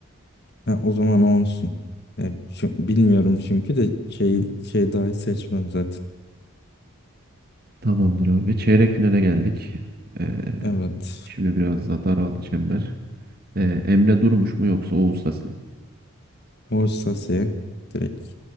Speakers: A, on the left; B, on the right.
A: Ha, o zaman o olsun. Yani şu- bilmiyorum çünkü de şey,
B: Hı.
A: şey dahi seçmem zaten.
B: Tamamdır abi. Çeyrek finale geldik. Ee,
A: Evet.
B: şimdi biraz daha daraldı çember. Ee, Emre Durmuş mu yoksa Oğuz Sasi mi?
A: O Orsase direkt.